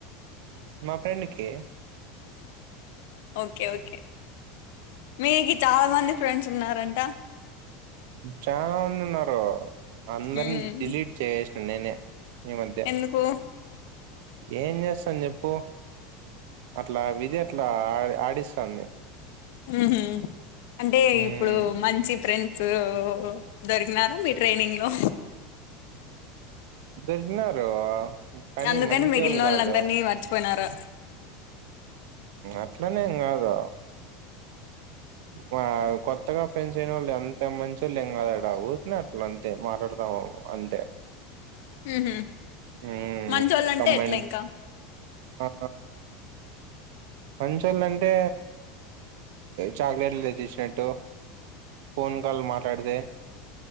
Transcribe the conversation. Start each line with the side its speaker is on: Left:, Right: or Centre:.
Right: మా ఫ్రెండ్కి
Left: ఓకే ఓకే మీకు చాలా మంది ఫ్రెండ్స్ ఉన్నారంట
Right: చాలా మంది ఉన్నారు అందరిని
Left: ఉమ్
Right: డిలీట్ చేసేసిన నేనే ఈ మధ్య
Left: ఎందుకు
Right: ఏం చేస్తాం చెప్పు అట్లా విధి అట్లా ఆ ఆడిస్తాంది
Left: ఉహు అంటే
Right: ఉమ్
Left: ఇప్పుడు మంచి ఫ్రెం డ్స్ దొరికిినారా మీ ట్రైనింగ్లో
Right: దొరికినారు కానీ
Left: అందుకని
Right: మంచోళ్ళు
Left: మిగిలినోళ్ళ
Right: కాదు
Left: అందరినీ మర్చిపోయినారు
Right: అట్లనేం కాదు వా కొత్తగా ఫ్రెండ్స్ వాళ్ళు ఎంత మంచోల్లెం కద యాడ ఉరికనే అట్ల అంతే మాట్లాడుతాం అంతే
Left: ఉహు
Right: ఏ
Left: మంచోళ్ళంటే
Right: కంబైన్డ్
Left: ఎట్లా ఇంకా
Right: ఆ మంచోళ్ళు అంటే చాక్లెట్లు తెచ్చిచ్చినట్టు ఫోన్ కాల్ మాట్లాడితే